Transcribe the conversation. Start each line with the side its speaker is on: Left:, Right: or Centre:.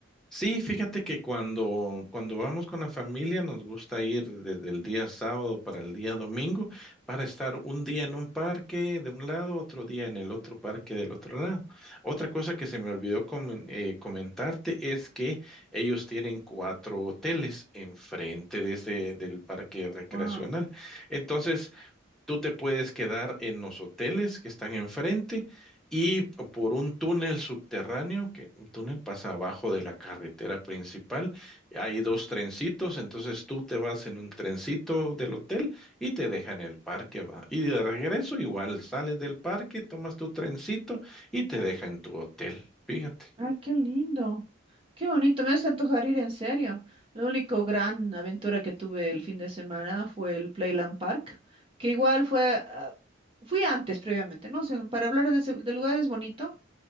Centre: Sí, fíjate que cuando, cuando vamos con la familia nos gusta ir desde el día sábado para el día domingo para estar un día en un parque de un lado, otro día en el otro parque del otro lado. Otra cosa que se me olvidó comen- eh, comentarte es que ellos tienen cuatro hoteles enfrente de este, del parque recreacional.
Right: Wow.
Centre: Entonces, Tú te puedes quedar en los hoteles que están enfrente y por un túnel subterráneo, que un túnel pasa abajo de la carretera principal. Hay dos trencitos, entonces tú te vas en un trencito del hotel y te dejan en el parque, va. Y de regreso igual sales del parque, tomas tu trencito y te deja en tu hotel. Fíjate.
Right: Ay, qué lindo. Qué bonito, me hace antojar ir en serio. La única gran aventura que tuve el fin de semana fue el Playland Park, que igual fue, ah, fui antes previamente, no sé, para hablar de, ese- del lugar es bonito,